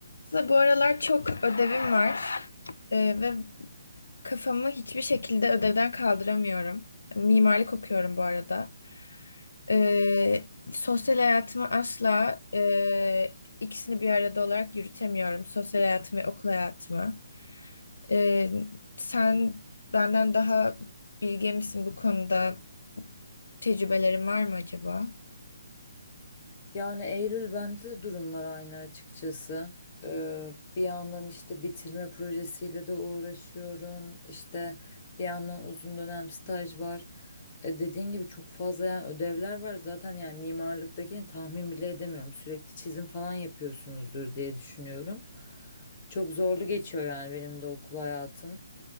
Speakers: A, on the left; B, on the left.
A: Aslında bu aralar çok ödevim var Ee, ve kafamı hiçbir şekilde ödevden kaldıramıyorum. Mimarlık okuyorum bu arada. Ee, sosyal hayatımı asla e, ikisini bir arada olarak yürütemiyorum. Sosyal hayatımı ve okul hayatımı. Ee, sen benden daha bilge misin bu konuda? tecrübelerin var mı acaba?
B: Yani Eylül bende de durumlar aynı açıkçası. Ee, bir yandan işte bitirme projesiyle de uğraşıyorum. İşte bir yandan uzun dönem staj var. E, dediğin gibi çok fazla yani ödevler var. Zaten yani mimarlıktakini tahmin bile edemiyorum. Sürekli çizim falan yapıyorsunuzdur diye düşünüyorum. Çok zorlu geçiyor yani benim de okul hayatım.